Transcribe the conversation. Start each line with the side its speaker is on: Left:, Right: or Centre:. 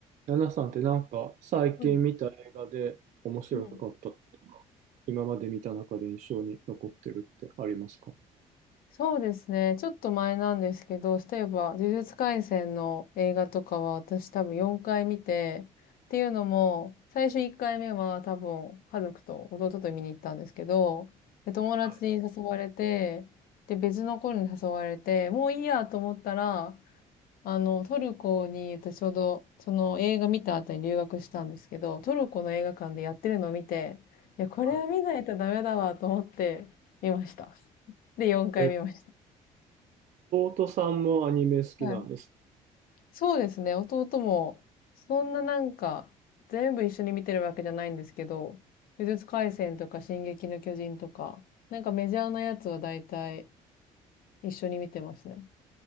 Right: ナナさんってなんか最近見た映画で面白かったとか、
Left: はい。うん。
Right: 今まで見た中で印象に残ってるってありますか
Left: そうですね。ちょっと前なんですけど、例えば、呪術廻戦の映画とかは私多分4回見て、っていうのも、最初1回目は多分、家族と弟と見に行ったんですけど、で、友達に誘われて、
Right: はい
Left: で、別の子に誘われて、もういいやと思ったら、あの、トルコに、私ちょうど、その映画見た後に留学したんですけど、トルコの映画館でやってるのを見て、いや、これは見ないとダメだわと思って見ました。
Right: はい。
Left: で、4回見ました。
Right: え、弟さんもアニメ好きなんです。
Left: はい。そうですね、弟も、そんななんか、全部一緒に見てるわけじゃないんですけど、呪術廻戦とか進撃の巨人とか、なんかメジャーなやつは大体一緒に見てますね。